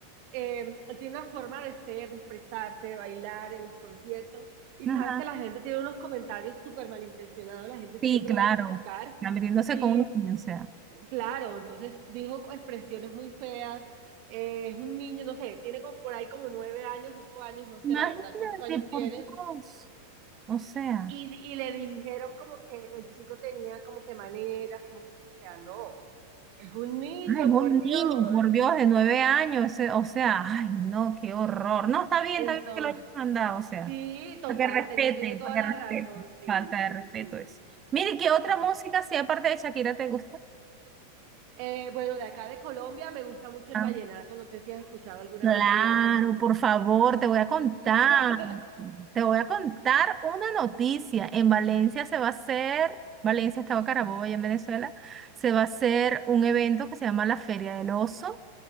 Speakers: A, on the right; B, on the right.
A: eh, él tiene una forma de ser, de expresarse, de bailar en los conciertos, y
B: Ajá.
A: sabes que la gente tiene unos comentarios súper malintencionados, la gente
B: Sí,
A: siempre
B: claro.
A: va a criticar,
B: está metiéndose
A: y
B: con un niño, o sea.
A: claro, entonces dijo expresiones muy feas, eh, es un niño, no sé, tiene como por ahí como nueve años, ocho años, no sé
B: Imagínate,
A: la verdad cuántos años tienes,
B: por Dios. O sea.
A: y, y le dijeron como que el chico tenía como que maneras, como que, o sea, no, es un niño,
B: Ay, un
A: por Dios.
B: niño, por Dios, de nueve años, ese- o sea, ay, no, qué horror. No, está bien,
A: Entonces,
B: está bien que lo hayan mandado, o sea,
A: sí, total,
B: para que respete,
A: tiene, tiene toda
B: para que
A: la
B: respete.
A: razón, sí,
B: Falta
A: sí,
B: de respeto
A: sí.
B: eso. Mire, ¿qué otra
A: Entonces,
B: música, si aparte de Shakira, te gusta?
A: eh, bueno, de acá de Colombia me gusta mucho
B: Ah,
A: el vallenato, no sé si has escuchado alguna
B: Claro,
A: vez vallenato.
B: por favor, te voy a contar,
A: <laughs>
B: te voy a contar una noticia. En Valencia se va a hacer, Valencia, Estado Carabobo, allá en Venezuela, se va a hacer un evento que se llama la Feria del Oso.